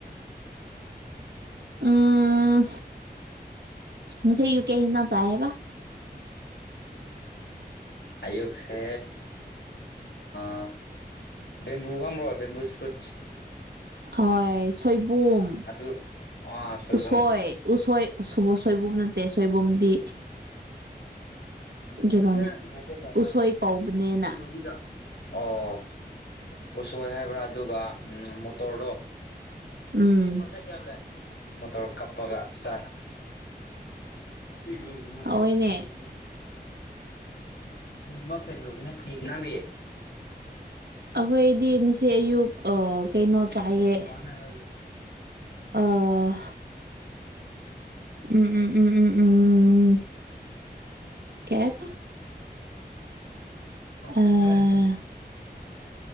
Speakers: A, on the right (about 85°); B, on the left (about 80°).
A: ꯎꯝ ꯉꯁꯤ ꯑꯌꯨꯛ ꯀꯩ ꯍꯤꯟꯖꯥꯡ ꯆꯥꯏ ꯍꯥꯏꯕ
B: ꯑꯌꯨꯛꯁꯦ ꯑ ꯕꯦꯝꯕꯨ ꯈꯪꯕ꯭ꯔꯣ ꯕꯦꯝꯕꯨ ꯁꯨꯠꯁ
A: ꯍꯣꯏ ꯁꯣꯏꯕꯨꯝ
B: ꯑꯗꯨ ꯑ ꯁꯣꯏꯕꯨꯝ
A: ꯎꯁꯣꯏ ꯎꯁꯣꯏ ꯁꯣꯏꯕꯨꯝ ꯅꯠꯇꯦ ꯁꯣꯏꯕꯨꯝꯗꯤ ꯀꯩꯅꯣꯅꯦ
B: ꯐꯦꯥꯏꯒꯤ ꯀ
A: ꯎꯁꯣꯏ ꯀꯧꯕꯅꯦꯅ
B: ꯎꯕꯤ ꯆ <unintelligible> ꯑꯣ ꯎꯁꯣꯏ ꯍꯥꯏꯕ꯭ꯔꯥ ꯑꯗꯨꯒ ꯎꯝ ꯃꯣꯇꯣꯔꯗꯣ ꯀ
A: ꯎꯝ
B: ꯃꯤ ꯐꯣꯟ ꯆꯦ <unintelligible> ꯃꯣꯇꯣꯔ ꯀꯞꯄꯒ ꯆꯥꯏ ꯀꯨꯝꯍꯜꯡꯡ
A: ꯍꯧꯋꯦꯅꯦ
B: <unintelligible> ꯎ <unintelligible> ꯃ ꯐꯦꯦꯜꯂꯣ <unintelligible> ꯅꯪꯗꯤ
A: ꯑꯩꯈꯣꯏꯗꯤ ꯉꯁꯤ ꯑꯌꯨꯛ ꯑ ꯀꯩꯅꯣ ꯆꯥꯏꯌꯦ
B: ꯑ ꯋꯥꯅꯦꯔꯂ <unintelligible>
A: ꯑꯥ ꯎꯝ ꯎꯝ ꯎꯝ ꯎꯝ ꯎꯝ ꯎꯝ ꯀꯩ ꯍꯥꯏꯕ
B: ꯑꯣ
A: ꯑꯥ
B: ꯍꯟ ꯇꯔꯥ ꯍꯥꯏ <unintelligible>